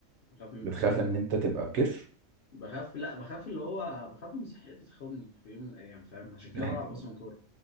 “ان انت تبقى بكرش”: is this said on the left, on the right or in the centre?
Right